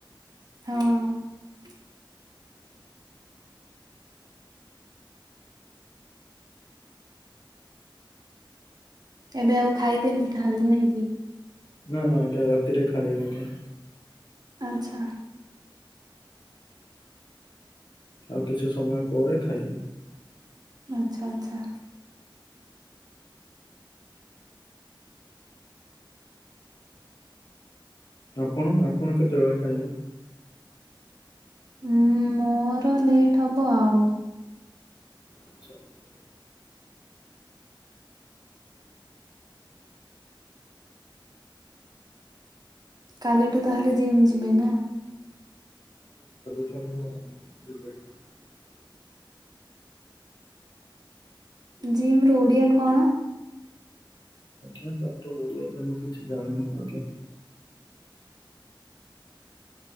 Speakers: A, on the right; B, on the left.
A: ହଅଁ। ଏବେ ଆଉ ଖାଇବେନି ତାହେଲେ ନାଇକି?
B: ନା ନା ଆଜ୍ଞା ରାତିରେ ଖାଏ ଆଜ୍ଞା।
A: ଆଚ୍ଛା।
B: ଆଉ କିଛି ସମୟ ପରେ ଖାଇବି।
A: ଆଚ୍ଛା ଆଚ୍ଛା।
B: ଆପଣ ଆପଣ କେତେବେଳେ ଖାଇବେ?
A: ଉଁ ମୋର ଲେଟ୍ ହବ ଆଉ।
B: ଆଚ୍ଛା ଆଚ୍ଛା।
A: କାଲିଠୁ ତାହଲେ ଜିମ୍ ଯିବେ ନା?
B: <unintelligible>
A: ଜିମ୍ ର ଓଡିଆ କଣ?
B: ଆଜ୍ଞା ତାର ଓଡ଼ିଆ ତ ମୁଁ କିଛି ଜାଣିନି ଆଜ୍ଞା।